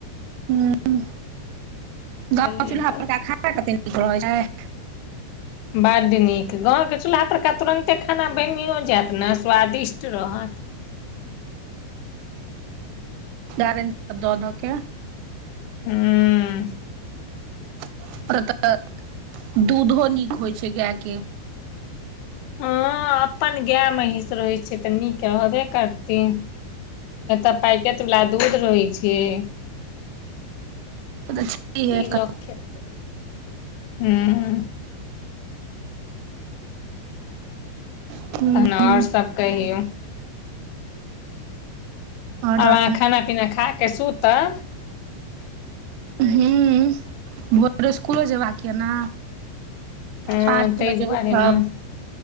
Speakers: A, on the right; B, on the left.
A: हं
B: बुझलियै
A: ग चूल्हा
B: की
A: परड़का खाना कते नीक रहैत छै
B: बड्ड नीक गाँवके चूल्हापरके तुरन्ते खाना बनिओ जयत ने स्वादिष्ट रहत
A: दं <unintelligible> द द के
B: हं
A: <inaudible> दूधो नीक होइ छै गै के
B: हँ अपन गै महीष रहै छै तऽ नीक रहबे करतै एतय पैकेटवला दूध रहै छिये
A: से तऽ छैहे
B: की लोक खेतइ हँ
A: हुँ
B: ओर सब कहियौ
A: आओर
B: आब अहाँ खाना पीना खा कऽ सुतब
A: हूँ भोर इसकुलो जेयबाक य ने
B: हँ
A: पाँच
B: ताहि
A: बजे
B: दुआरे
A: उठब
B: ने हूँ